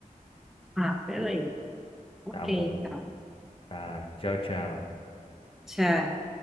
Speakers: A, in the centre; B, on the left.
A: Ah, beleza. Ok,
B: Tá bom.
A: então.
B: Tá. Tchau, tchau.
A: Tchau.